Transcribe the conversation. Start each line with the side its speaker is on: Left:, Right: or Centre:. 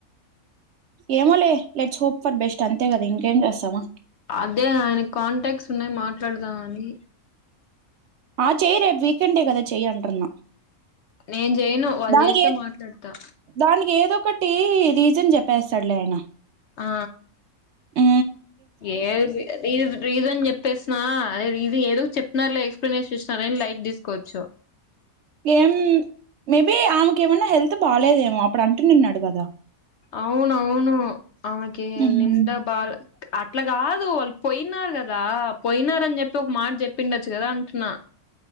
Right: ఏమోలే లెట్స్ హోప్ ఫర్ బెస్ట్ అంతే కదా ఇంకేం చేస్తావా
Left: అదే ఆయన కాంటాక్ట్స్ ఉన్నాయి మాట్లాడదాం అని
Right: ఆ చేయ్ రేపు వీకెండ్ ఏ కదా చెయ్ అంటున్నా
Left: నేను చేయను వాళ్ళు
Right: దానికి
Left: చేస్తే
Right: ఏ
Left: మాట్లాడతా
Right: దానికి ఏదో ఒకటి రీజన్ చెప్ పేస్సడులే ఆయన
Left: ఆ
Right: ఊ
Left: ఏ రీస్ రీజన్ చెప్పేసినా అదే ఇది ఏదో చెప్పిన్నారు లే ఎక్స్ప్లెయినేషన్ ఇసినారని లైట్ తీసుకోవచ్చు
Right: ఏం మేబి ఆమెకు ఏమన్నా హెల్త్ బాలేదేమో అప్పుడు అంటూ నిన్నాడు కదా
Left: అవును అవును అమెకి
Right: ఉహుం.
Left: నింద బాల్ అట్లా కాదు వాళ్ళు పోయినారు కదా పోయినార అని చెప్పి ఒక మాట చెప్పిండచ్చు కదా అంటున్నా